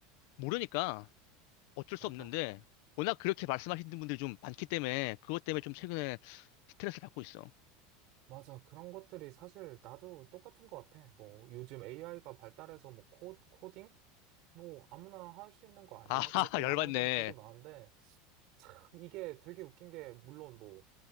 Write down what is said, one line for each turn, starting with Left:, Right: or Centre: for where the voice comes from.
Left: 모르니까 어쩔
Right: 맞아.
Left: 수 없는데, 워낙 그렇게 말씀하시는 분들이 좀 많기 때문에, 그것 때문에 좀 최근에 스트레스 받고 있어.
Right: 맞아. 그런 것들이 사실 나도 똑같은 것 같아. 뭐, 요즘 AI가 발달해서 뭐, 코, 코딩? 뭐, 아무나 할 수 있는 거 아니에요?
Left: 아, <laughs>
Right: 이렇게 말하는
Left: 열받네.
Right: 사람 되게 많은데, 참 이게 되게 웃긴 게 물론 뭐